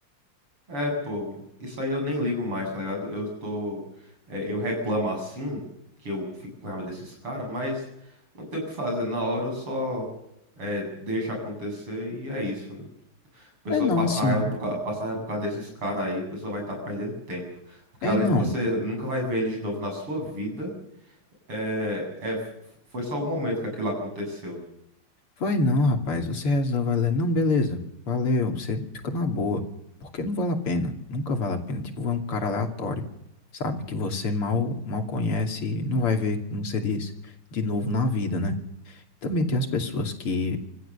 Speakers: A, on the right (about 85°); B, on the left (about 80°).
A: É, pô, isso aí eu nem ligo mais, tá ligado? Eu tô. é, eu reclamo assim, que eu fico com raiva desses caras, mas não tem o que fazer. Na hora eu só é, deixo acontecer e é isso. A pessoa
B: É não,
A: passar
B: assim.
A: raiva por, ca- passar raiva por causa desses caras aí, a pessoa vai estar perdendo tempo. Porque além
B: É não.
A: de que você nunca vai ver eles de novo na sua vida, é, é, f- foi só o momento que aquilo aconteceu.
B: Vai não, rapaz. Você resolve, vai lá. Não, beleza. Valeu. Você fica na boa. Porque não vale a pena. Nunca vale a pena. Tipo, vai um cara aleatório, sabe? Que você mal, mal conhece. Não vai ver, como você diz, de novo na vida, né? Também tem as pessoas que,